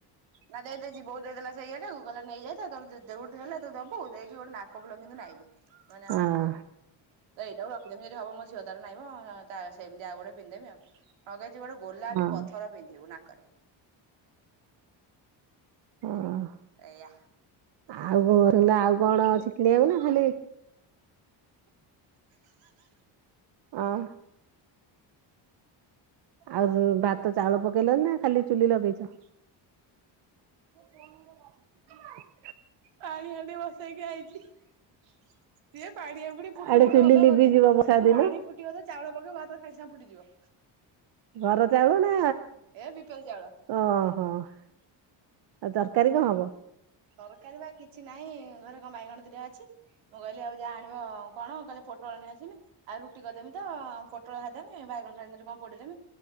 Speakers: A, on the right; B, on the right.
A: ନା ଦେଇ ଦେଇଛି ବୋଉ ଦେଇଦଲା ସେ ଇଏଟାକୁ କହି ନେଇ ଯାଇଥା ତୋର ଯ ଯଉଠି ହେଲେ ତୁ ଦବୁ, ଦେଇକି ଗୋଟେ ନାକ ଫୁଲ କିନ୍ତୁ ନାଇବୁ। ମାନେ
B: ହଁ
A: ହଉ ତ ଏଇଟାକୁ ରଖିଦେବି ଯଦି ହବ ମୋ ଝିଅ ତାର ନାଇବ। ତା ସେମତି ଆଉ ଗୋଟେ ପିନ୍ଧିଦେବି ଆଉ ଲଗେଇଛି ଗୋଟେ ଗୋଲାପି
B: ହଁ
A: ପଥର ପିନ୍ଧିବୁ ନାକରେ।
B: ହଁ।
A: ଏଇଆ।
B: ଆଉ ସୁନା ଆଉ କଣ ଅଛି କିଣିଆକୁ ନା ଖାଲି
A: <inaudible>
B: ଅଁ। ଆଉ ଯୋଉ ଭାତ ଚାଉଳ ପକେଇଲଣି ନା ଖାଲି ଚୁଲି ଲଗେଇଚ? <unintelligible>
A: ପାଣି ହାଣ୍ଡି ବସେଇକି ଆଇଚି। ସିଏ ପାଣି ଆହୁରି ଫୁଟୁ
B: ଆଡେ
A: ଫୁଟୁ
B: ଚୁଲି
A: ଅଧଘଣ୍ଟେ।
B: ଲିଭିଯିବ ବର୍ଷା ଦିନ
A: ପାଣି ଫୁଟିବ ତ ଚାଉଳ ପକେଇବ ଭାତ ସାଙ୍ଗେ ସାଙ୍ଗେ ଫୁଟିଯିବ।
B: ଘର ଚାଉଳ ନା
A: ଏ ବିପରି ଚାଉଳ।
B: ଓହୋ ଆ ତରକ କାରି କଣ ହବ?
A: ତରକାରୀ ବା କିଛି ନାହିଁ ଘରେ କଣ ବାଇଗଣ ଦୁଇଟା ଅ ମୁଁ କହିଲି ଆଉ ଯାଅ ଆଣିବ କଣ କହିଲେ ପୋଟଳ ନେଇ ଆସିବ, ଆଉ ରୁଟି କରଦେମି ତ ପୋଟଳ ଭାଜଦେମି। ବାଇଗଣ <unintelligible> ନହେଲେ କଣ ପୋଡିଦେବି